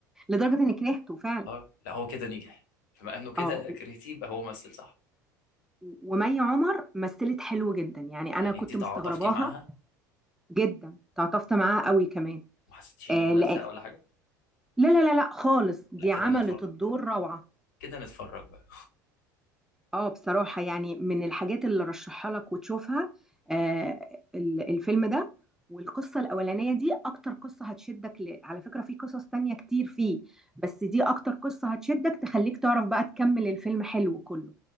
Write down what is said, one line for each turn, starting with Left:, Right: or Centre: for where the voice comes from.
Centre: لدرجه اني كرهته فعلا
Left: اه لا هو كده نجح بما انه كده
Centre: اه و-
Left: كرهتيه يبقى هو مثل صح
Centre: ومي عمر مثلت حلو جدا يعني
Left: يعني
Centre: انا كنت
Left: انت تعاطفتي
Centre: مستغرباها
Left: معاها
Centre: جدا تعاطفت معاها قوي كمان
Left: وما حسيتيش ان
Centre: آه
Left: هي ملزقه
Centre: لأن
Left: ولا حاجه
Centre: لا لا لا لا خالص دي
Left: لا كده
Centre: عملت
Left: نتفرج
Centre: الدور روعة
Left: كده نتفرج بقى
Centre: اه بصراحة يعني من الحاجات اللي رشحها لك وتشوفها آه ال- الفيلم ده والقصة الأولانية دي أكتر قصة هتشدك ل... على فكرة في قصص تانية كتير فيه بس دي أكتر قصة هتشدك تخليك تعرف بقى تكمل الفيلم حلو كله